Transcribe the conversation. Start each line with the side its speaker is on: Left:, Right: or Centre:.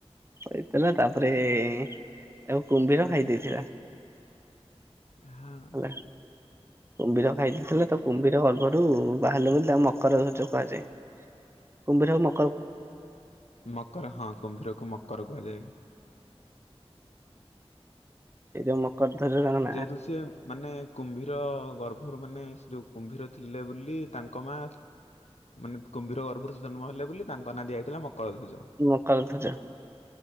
Right: ହେଇଥିଲା ତାପରେ -ତାଉ କୁମ୍ଭୀର ଖାଇ ଦେଇଥିଲା।
Left: ହଁ।
Right: ହେଲା କୁମ୍ଭୀର ଖାଇ ଦେଇେଥିଲେ ତ କୁମ୍ଭୀର ଗର୍ଭରୁ ବାହାରିଲେ ବୋଲି ତାଙ୍କୁ ମକରଧର୍ଜ୍ କୁହାଯାଏ। କୁମ୍ଭୀର ମୁଁ।
Left: ମକର ହଁ କୁମ୍ଭୀରକୁ ମକର କୁହାଯାଏ।
Right: ସେଇ ଯଉ ମକର ଧରନ୍
Left: ଯେହେତୁ ସିଏ ମାନେ କୁମ୍ଭୀର ଗର୍ଭରୁ ମାନେ ସେ ଯେଉଁ କୁମ୍ଭୀର ଥିଲେ ବୋଲି ତାଙ୍କ ମା ମାନେ କୁମ୍ଭୀର ଗର୍ଭରେ ସେ ଜନ୍ମ ହେଲେ ବୋଲି ତାଙ୍କ ନାଁ ଦିଆଯାଇଥିଲା ମକର ଧ୍ୱଜ।
Right: ମକର ଧ୍ଵଜ।